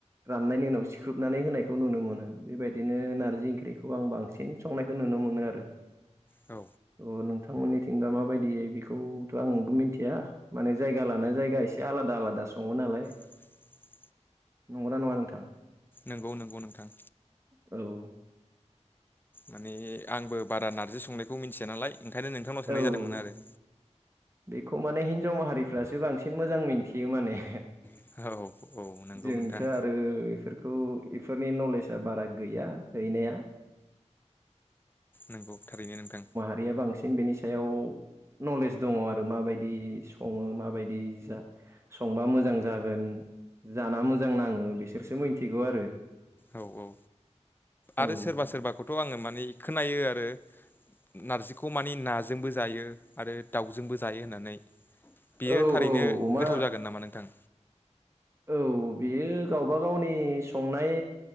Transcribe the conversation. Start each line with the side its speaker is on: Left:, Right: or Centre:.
Right: राननायनि उनाव सिख्रुबनानै होनायखौ नुनो मोनो बेबायदि बिदिनो नारजि ओंख्रिखौ आं बांसिन संनायखौ नुनो मोनो आरो
Left: औ
Right: थ नोंथांमोननिथिं दा माबायदि बेखौथ' आंबो मिथिया माने जायगा लानाया जायगा एसे आलादा आलादा सङो नालाय
Left: <inaudible>
Right: नंगौना नङा नोंथां
Left: नंगौ नंगौ नोंथां
Right: औ
Left: माने आंबो बारा नारजि संनायखौ मिथिया नालाय ओंखायनो नोंथांनाव सोंनाय
Right: औ
Left: जादोंमोन आरो
Right: बेखौ माने हिनजाव माहारिफ्रासो बांसिन मोजां मिन्थियो माने
Left: औ औ नंगौ
Right: जोंथ'
Left: नोंथां
Right: आरो इफोरखौ इफोरनि नलेजआ बारा गैया गैनाया
Left: नंगौ थारैनो नोंथां
Right: गैया बांसिन बेनि सायाव नलेज दङ आरो माबायदि सङो माबायदि जा संबा मोजां जागोन जाना मोजां नाङो बिसोरसो मिथिगौ आरो
Left: औ औ
Right: औ
Left: आरो सोरबा सोरबाखौथ' आङो मानिे खोनायो आरो नारजिखौ मानिे नाजोंबो जायो आरो दाउजोंबो जायो होननानै बेयो
Right: औ
Left: थारैनो
Right: औ अमा
Left: गोथाव जागोन नामा नोंथां
Right: औ बियो गावबा गावनि संनाय